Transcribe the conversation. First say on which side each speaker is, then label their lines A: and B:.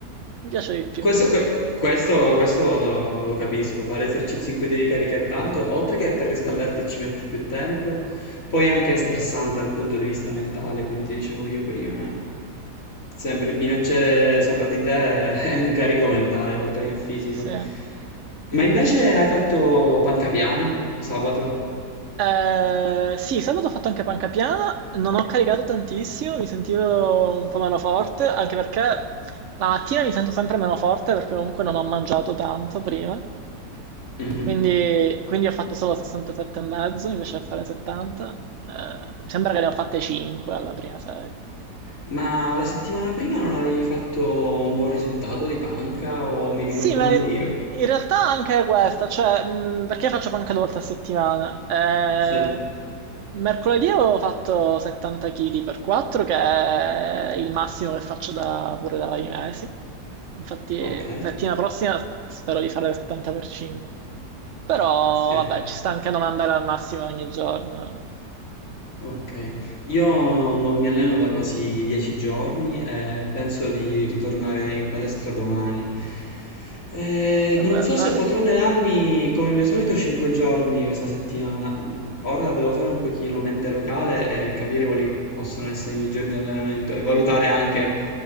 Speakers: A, on the right; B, on the left.
A: Mi piace di più.
B: questo, que- questo- questo lo capisco, fare esercizi in cui devi caricare tanto, oltre che per riscaldarti ci metti più tempo, poi anche è stressante dal punto di vista mentale, come ti dicevo io prima. Sempre il bilanciere sopra di te <laughs> è un carico mentale, oltre che fisico.
A: Sì.
B: Ma invece hai fatto panca piana sabato?
A: Eh, sì, sabato ho fatto anche panca piana, non ho caricato tantissimo, mi sentivo un po' meno forte, anche perché la mattina mi sento sempre meno forte perché comunque non ho mangiato tanto prima.
B: Mhm.
A: Quindi, quindi ho fatto solo 67 e mezzo invece di fare 70. Eh, mi sembra che ne ho fatte 5 alla prima serie.
B: Ma la settimana prima non avevi fatto un buon risultato di panca o mi
A: Sì,
B: ricordo
A: ma
B: male
A: in
B: io?
A: realtà anche questa, cioè, mh, perché faccio panca due volte a settimana? Eh,
B: Sì,
A: mercoledì avevo fatto 70 kg per 4, che è il massimo che faccio da, pure da vari mesi. Infatti,
B: ok,
A: settimana prossima spero di fare 70 per 5. Però,
B: sì,
A: vabbè, ci sta anche non andare al massimo ogni giorno.
B: ok. Io non mi alleno da quasi dieci giorni e penso di ritornare in palestra domani. Eh,
A: Vabbè,
B: non so
A: ma-
B: se potrò allenarmi come mio solito 5 giorni questa settimana, ora devo fare un pochino mente locale e capire quali possono essere i miei giorni di allenamento e valutare anche